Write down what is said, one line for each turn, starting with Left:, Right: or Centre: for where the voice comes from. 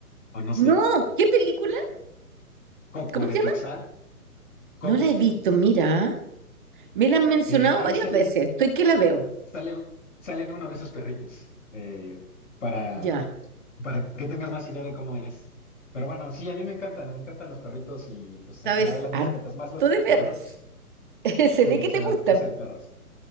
Left: O no sé,
Right: No, ¿qué película?
Left: Coco
Right: ¿Cómo se
Left: de Pixar,
Right: llama?
Left: Coco.
Right: No la he visto, mira. Me la han mencionado
Left: Eh, ahí
Right: varias
Left: sale,
Right: veces. Estoy que la veo.
Left: sale, sale uno de esos perritos eh, para
Right: Ya,
Left: para que tengas más idea de cómo es. Pero bueno, sí, a mí me encantan, me encantan los perritos y pues
Right: sabes,
Left: en general las mascotas,
Right: harto
Left: más los
Right: de perros.
Left: perritos.
Right: <laughs> Se
Left: Sí,
Right: ve
Left: yo
Right: que
Left: sé,
Right: te gustan.
Left: de- yo sé de perros.